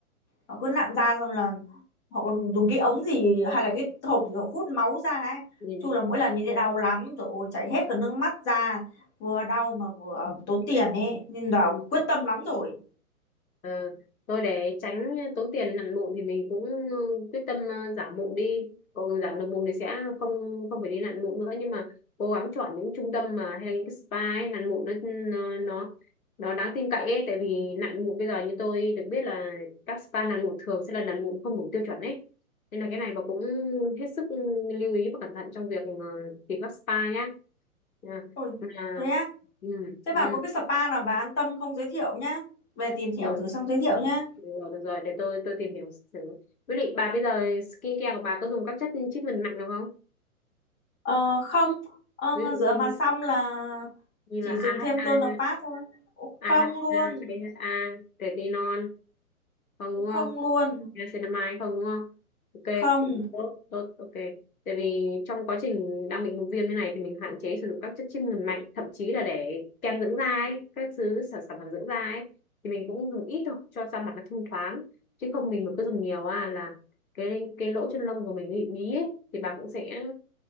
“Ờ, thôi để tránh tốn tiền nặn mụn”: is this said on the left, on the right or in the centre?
Left